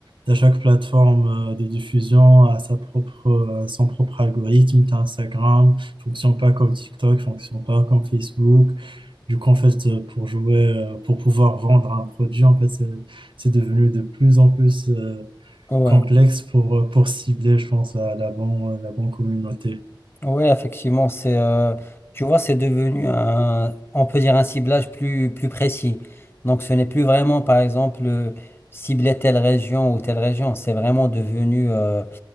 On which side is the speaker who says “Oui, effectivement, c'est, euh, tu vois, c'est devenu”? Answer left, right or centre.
Left